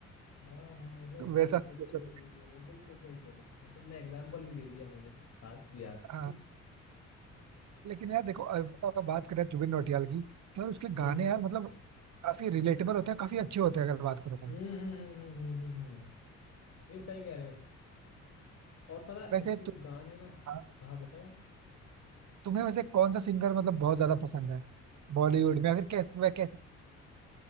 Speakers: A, on the left; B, on the right.
A: हाँ हाँ सही
B: तो
A: कह
B: वैसा
A: रहे हो सही
B: सिचुएशन
A: कह रहे हो सही
B: हो
A: कह रहे हो बिल्कुल सही कह रहे हो और तुमने एग्जाम्पल भी दे दिया मुझे याद की याद
B: गया हाँ लेकिन यार देखो अगर अगर बात करें जुबिन नौटियाल की तो यार उसके
A: हम्म
B: गाने यार मतलब काफी रिलेटेबल होते हैं काफी अच्छे होते हैं अगर बात करो तो
A: हम्म हम्म हम्म हम्म हम्म, हम्म, हम्म। ये सही कह रहे हो और पता है
B: वैसे
A: उसके
B: तु,
A: जो गाने ना
B: हाँ,
A: हाँ बताओ
B: तुम्हें वैसे कौन सा सिंगर मतलब बहुत ज्यादा पसंद है बॉलीवुड में या फिर कैसे वह कैसे